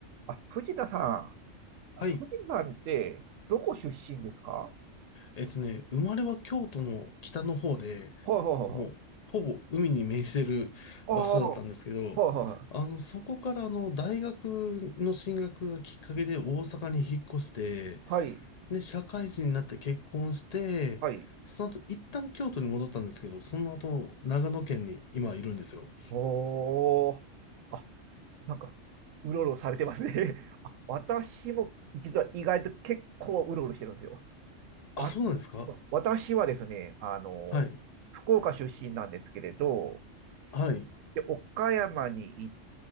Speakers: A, on the right; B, on the left.
A: あ、藤田さ
B: はい。
A: ん。藤田さんって、どこ出身ですか
B: えっとね、生まれは京都の北の方で、
A: はいはいはいはい。
B: もう、ほぼ海に面してる場所だったんですけど、
A: ああ、はいはい
B: あの、そこからあの、大学の進学がきっかけで大阪に引っ越して、
A: はい。
B: で、社会人になって結婚して、
A: はい
B: その後、一旦京都に戻ったんですけど、その後、長野県に今いるんですよ。
A: おお。あ、なんか、うろうろされてますね。<laughs> あ、私も実は意外と結構うろうろしてるんですよ。
B: あ、
A: わ、
B: そうなんですか
A: 私はですね、あの、
B: はい。
A: 福岡出身なんですけれど、
B: はい。
A: で、岡山に行っ